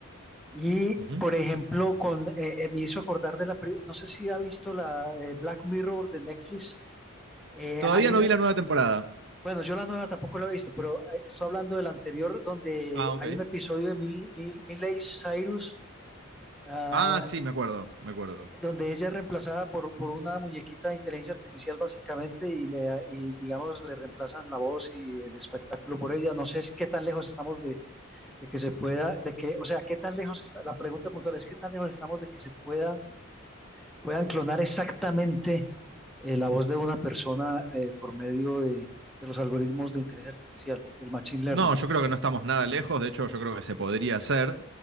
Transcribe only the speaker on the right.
Ujú.
Todavía
no vi la nueva temporada.
Ah, ok.
Ah, sí, me acuerdo, me acuerdo.
No, yo creo que no estamos nada lejos, de hecho yo creo que se podría hacer.